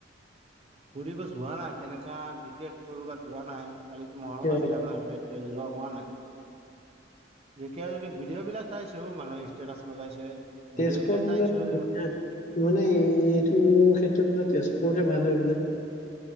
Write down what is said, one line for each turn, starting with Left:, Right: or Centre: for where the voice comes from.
Right: ফুব যোৱা নাই তেনেকা বিশেষ কৰ'বাত যোৱা নাই। কালিতো মহৰম
Left: কিয়
Right: আছিলে, আমাৰ এতিয়া যোৱা হোৱা নাই। ঢেকিয়াজুলি ভিডিঅ' বিলাক চাইছো মানুহে ষ্টেটাচ লগাইছে। ভিডিঅ'
Left: তেজপুৰত
Right: বিলাক চাইছো
Left: বো মানে এই এইটো ক্ষেত্ৰত বোলে তেজপুৰতহে ভাল হয় বোলে।